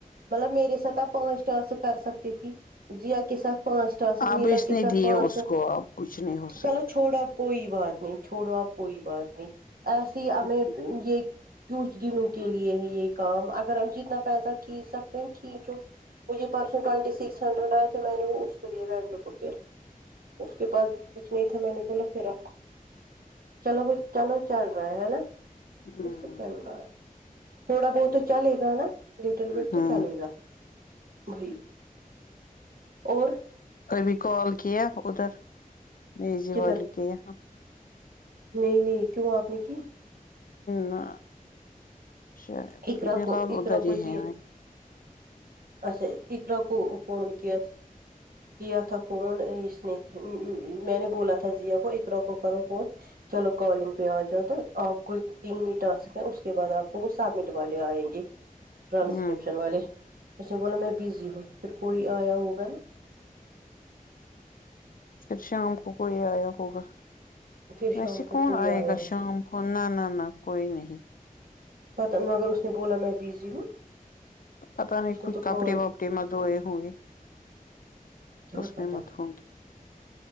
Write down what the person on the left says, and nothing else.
اب
اس
نے
دیے
اس
کو اب کچھ نہیں ہو سکتا
ہ
ہ
ہاں
ا بھی کال کیا ادھر نہی جی
والی کیا
نہ شاید
بلال
ادھر
ہی
ہے
ہوں
پھر شام کو کوئی آیا ہوگا
ویسے
کون
آئے
گا
شام نہ نہ نہ کوئی نہیں
پتا نہیں
کچھ
کپڑے
وپڑے متوئے ہوں گے
اس
میں مت ہوں گے